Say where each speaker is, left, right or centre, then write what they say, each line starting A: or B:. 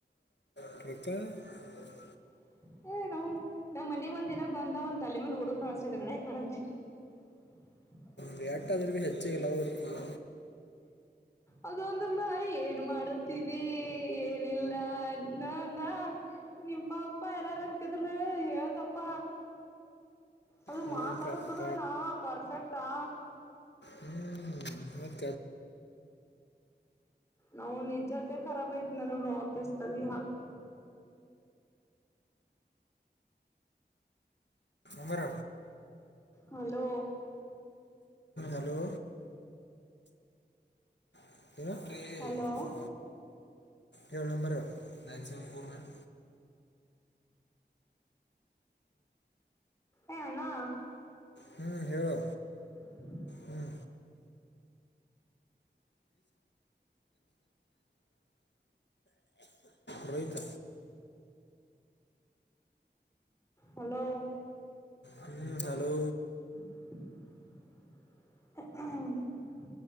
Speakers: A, on the left (about 85°); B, on the left (about 15°).
A: <unintelligible>
B: <inaudible> ಏ ನಾವ್ ನಾವ್ ಮನೀಗ್ ಒಂದ ದಿನಾ ಬಂದ ಒಂದ ತಲೆ ಮೇಲೆ ಹೊಡದ ಕಳಸಿದ ನಡ ಯ ಅಕಾಡಿ <unintelligible>
A: ಗೆ ಎಟ್ಟಾದ್ರೂ ಭೀ ಹೆಚ್ಚಿಗೆ ಲವ್ ಇರ್ತಲ್ಲ
B: ಅದ ಅಂದ್ರಲ್ಲ ಏನ್ ಮಾಡತಿದಿ ಏನಿಲ್ಲಾ ನಾ ಅಂದಾ ನಿ ಪಪ್ಪಾ ಎಲ್ಲಾರು ಅಂದಕಿದ್ಲು ಯತಪ್ಪ ಅದು
A: ನಿಮ್ಮ
B: ಮಾತಾಡತುದಣ್ಣ
A: ಪಪ್ಪ
B: ಪರ್ಫೆಕ್ಟಾ
A: ಹ್ಞೂ ಮತ್ತು
B: ನಾವನ್ ಇಜತೆ ಕರಾಬ್ ಆಯ್ತ್ ನನಗೆ ವಾಪೀಸ್ಲ್ ತೆಲಿ ಹಾಪ್
A: number
B: hello
A: hello <unintelligible>
B: hello
A: ಕೇಳಂಬರ <unintelligible>
B: A ಅಣ್ಣಾ
A: ಹ್ಞೂ ಹೇಳು
B: <unintelligible>
A: ಹ್ಞೂ ರೋಹಿತ
B: ಹಲೋ
A: ಹ್ಞೂ ಹಲೋ
B: <inaudible>